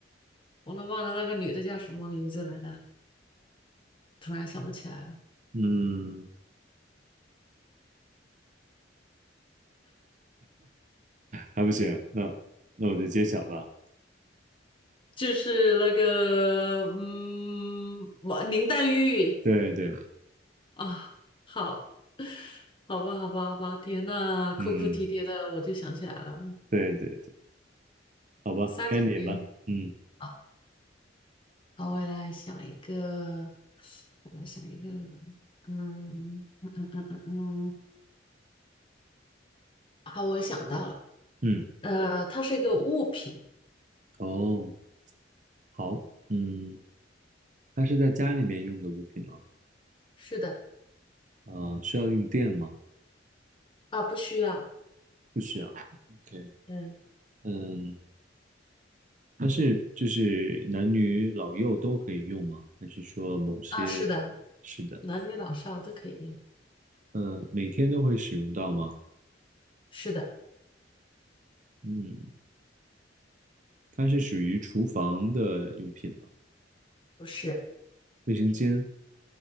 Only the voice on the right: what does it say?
嗯，还不行，那那我就揭晓吧。
对对，
嗯，
对对对，好吧，
该你了。嗯
嗯，
哦，好，嗯，它是在家里面用的物品吗？
啊、需要用电吗？
不需要。OK，
嗯，但是就是男女老幼都可以用吗？还是说某些？
是的，
嗯，每天都会使用到吗？
嗯，它是属于厨房的用品吗？
卫生间，